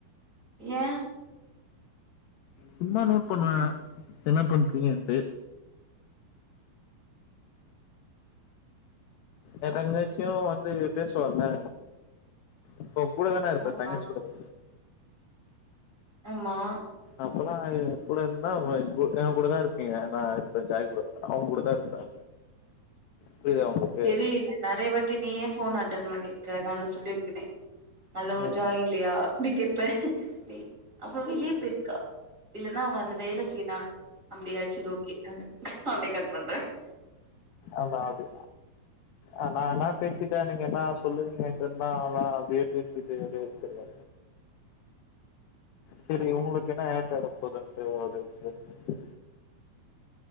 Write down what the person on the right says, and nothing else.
ஏன்
ஆமா
ஆமா
தெரியிது நிறைய வாட்டி நீயே ஃபோன் அட்டன் பண்ணியிருக்க நாதா சொல்லியிருக்கனே ஹலோ
ஜாய் இல்லையா அப்டி கேப்பே நீ அவ வெளிய பெயிருக்கா இல்லன்னா அவன் அந்த வேல செய்யறான் அப்படியா சேரி ஓகே அப்டி கட் பண்ற